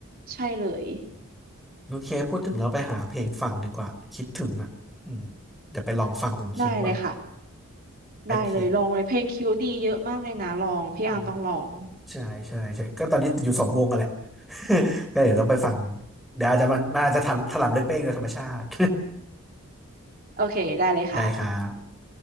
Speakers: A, on the right (about 45°); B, in the centre.
A: ใช่เลย
B: โอเคพูดถึงเราไปหาเพลงฟังดีกว่าคิดถึงอ่ะอืมเดี๋ยวไปลองฟังของคิวบ้าง
A: ได้เลยค่ะ
B: โอเค
A: ได้เลยลองเลยเพลงคิวดีเยอะมากเลยนะลองพี่อาร์มต้องลอง
B: อืมใช่ใช่ใช่ก็ตอนนี้อยู่สองวงกันแหละ <laughs> ก็เดี๋ยวต้องไปฟังเดี๋ยวอาจจะมันมันอาจจะถลำถลำลึกไปเองโดยธรรมชาติ
A: โอเคได้เลยค่ะ
B: <laughs> ได้ครับ